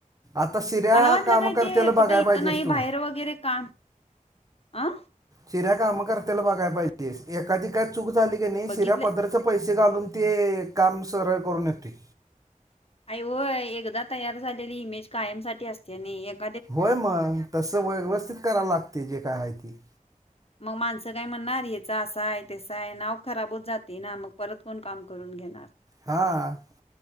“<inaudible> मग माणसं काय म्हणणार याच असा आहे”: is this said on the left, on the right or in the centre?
Left